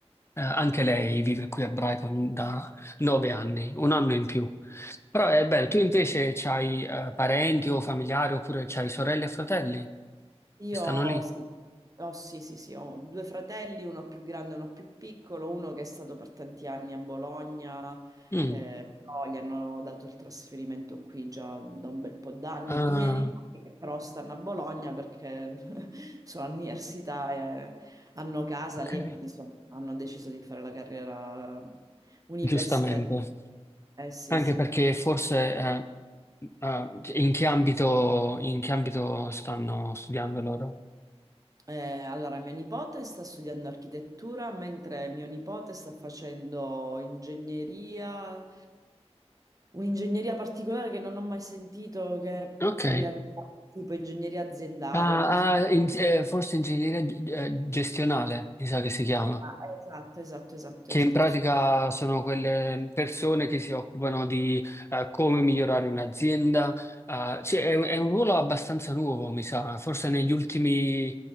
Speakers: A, on the left; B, on the right.
A: eh, anche lei vive qui a Brighton da nove anni, un anno in più. Però è bello, tu invece c'hai eh, parenti o familiari oppure c'hai sorelle e fratelli
B: Io
A: che stanno lì?
B: sì, Ho- sì, sì, sì, ho due fratelli, uno più grande e uno più piccolo, uno che è stato per tanti anni a Bologna,
A: Mm.
B: eh, però gli hanno dato il trasferimento qui già da un bel po' d'anni.
A: Ah,
B: I miei nipoti che però stanno a Bologna perché <laughs> sono all'università e hanno casa
A: ok,
B: lì e quindi sono- hanno deciso di fare la carriera universitaria.
A: giustamente.
B: Eh sì,
A: Anche
B: sì.
A: perché forse eh, eh, in che ambito, in che ambito stanno studiando loro?
B: Eh, allora, mia nipote sta studiando architettura, mentre mio nipote sta facendo ingegneria, un'ingegneria particolare che non ho mai sentito, che è
A: Ok,
B: per le aziende, tipo ingegneria aziendale,
A: Ah,
B: una cosa di...
A: ah, in- eh, forse ingegneria eh, gestionale, mi sa che si chiama.
B: Ah, esatto, esatto, esatto,
A: che
B: esatto.
A: in pratica
B: scusi.
A: sono quelle persone che si occupano di eh, come migliorare un'azienda. Eh, cioè, è, è un ruolo abbastanza nuovo, mi sa, forse negli ultimi,